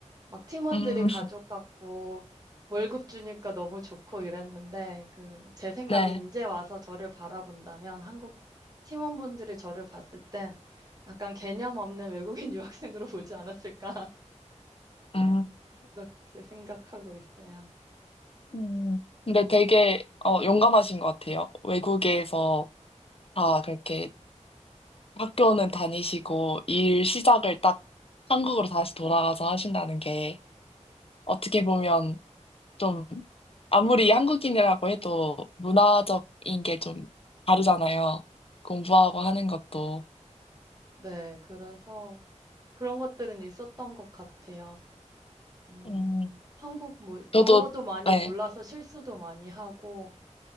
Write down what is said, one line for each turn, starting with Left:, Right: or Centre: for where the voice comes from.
Right: 막 팀원들이
Left: 음,
Right: 가족
Left: <laughs>
Right: 같고 월급 주니까 너무 좋고 이랬는데 그 제 생각에
Left: 네.
Right: 이제 와서 저를 바라본다면 한국 팀원분들이 저를 봤을 땐 약간 개념 없는 외국인 <laughs> 유학생으로 보지 않았을까 <laughs>
Left: 음,
Right: 그렇게 생각하고 있어요.
Left: 음. 근데 되게 어, 용감하신 것 같아요. 외국에서 다 그렇게 학교는 다니시고 일 시작을 딱 한국으로 다시 돌아가서 하신다는 게. 어떻게 보면 좀 아무리 한국인이라고 해도 문화적인 게 좀 다르잖아요. 공부하고 하는 것도.
Right: 네, 그래서 그런 것들은 있었던 것 같아요. 음,
Left: 음,
Right: 한국 뭐
Left: 저도,
Right: 용어도 많이
Left: 네,
Right: 몰라서 실수도 많이 하고